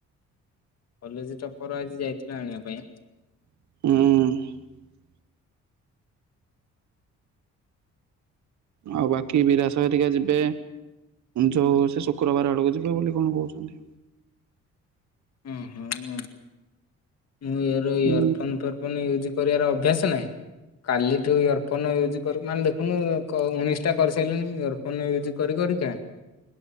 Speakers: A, on the left; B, on the right.
A: କଲେଜ ଟପର ଆଜି ଯାଇଥିଲ ଆଣିବା ପାଇଁ।
B: ହୁଁ। ଆଉ ବାକି ବିରାସୟ ରିକା ଯିବେ। ଯୋଉ ସେ ଶୁକ୍ରବାର ଆଡକୁ ଯିବେ ବୋଲି କଣ କହୁଛନ୍ତି।
A: ଓହ ମୁଁ ମୁଁ ଏହାର
B: ହୁଁ
A: ଇୟର ଫୋନ୍ ଫୋର ଫୋନ ୟୁଜ କରିବାର ଅଭ୍ୟାସ ନାହିଁ। କାଲିଠୁ ଇୟରଫୋନ ୟୁଜ୍ କରୁ ମାନେ ଦେଖୁନୁ କ ଉଣେଇଶଟା କରିସାରିଲଣି ଇୟରଫୋନ ୟୁଜ୍ କରି । କରିକା